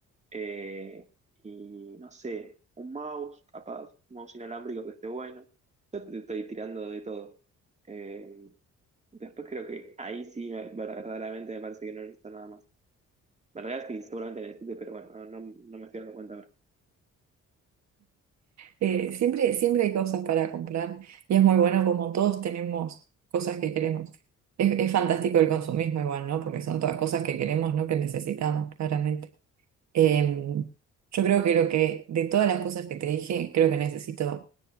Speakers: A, on the right; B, on the right.
A: Eh, y no sé, un mouse, capaz, un mouse inalámbrico que esté bueno. Yo te estoy tirando de todo. Eh, después creo que ahí sí, me- verdaderamente me parece que no necesito nada más. En realidad sí, seguramente necesite, pero bueno, no, no, no me estoy dando cuenta ahora.
B: Eh, siempre, siempre hay cosas para comprar y es muy bueno como todos tenemos cosas que queremos. Es, es fantástico el consumismo igual, ¿no? Porque son todas cosas que queremos, no que necesitamos, claramente. Eh, yo creo que lo que, de todas las cosas que te dije, creo que necesito